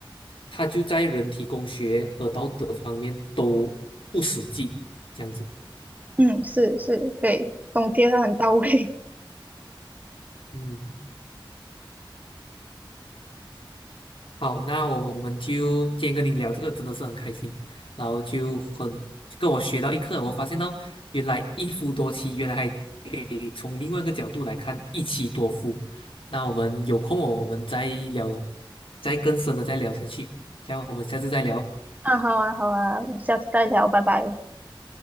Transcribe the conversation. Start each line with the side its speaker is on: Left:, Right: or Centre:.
Left: 他就在人体工学和道德方面都不实际，这样子。
Right: 嗯，是是，对，总结的很到位。
Left: 嗯。好，那我我们就今天跟你聊这个真的是很开心，然后就很跟我学到一课，我发现到原来一夫多妻，原来还可以从另外一个角度来看一妻多夫。那我们有空哦，我们再聊，再更深的再聊下去。这样我们下次再聊，
Right: <laughs> 啊，好啊好啊，我们下次再聊，拜拜。